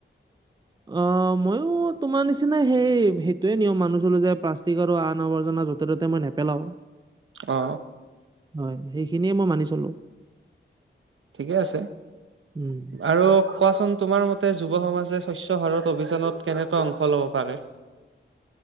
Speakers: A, on the right; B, on the right.
A: অ ময়ো তোমাৰ নিচিনা সেই সেইটোৱে নিয়ম মানুহ চলো যে প্লাষ্টিক আৰু আন আৱৰ্জনা য'তে ত'তে মই নেপেলাও।
B: অ
A: হয় সেইখিনিয়ে মই মানি চলো।
B: ঠিকে আছে
A: উম
B: আৰু কোৱাচোন তোমাৰ মতে যুৱ সমাজ যে স্বচ্ছ ভাৰত অভিযানত কেনেকৈ অংশ লব পাৰে।